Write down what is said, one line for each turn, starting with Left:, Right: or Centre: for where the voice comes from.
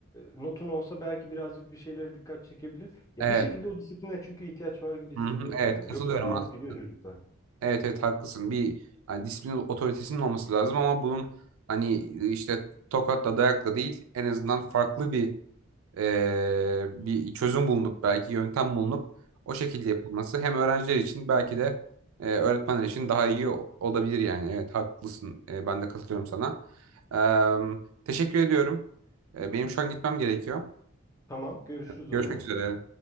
Left: notun olsa belki birazcık bir şeylere dikkat çekebilir. Ya
Right: Evet.
Left: bir şekilde o disipline çünkü ihtiyaç var gibi hissediyorum
Right: Hı-hı. Evet.
Left: ben de.
Right: Katılıyorum
Left: Yoksa dağılıp
Right: aslında.
Left: gidiyor çocuklar.
Right: Evet evet haklısın. Bir hani disiplin otoritesinin olması lazım ama bunun hani işte tokatla dayakla değil en azından farklı bir e, bir çözüm bulunup belki yöntem bulunup o şekilde yapılması hem öğrenciler için belki de e, öğretmenler için daha iyi o- olabilir yani. Evet haklısın. E, ben de katılıyorum sana. Em, teşekkür ediyorum. E, benim şu an gitmem gerekiyor.
Left: Tamam, görüşürüz
Right: Görüşmek
Left: o zaman.
Right: üzere.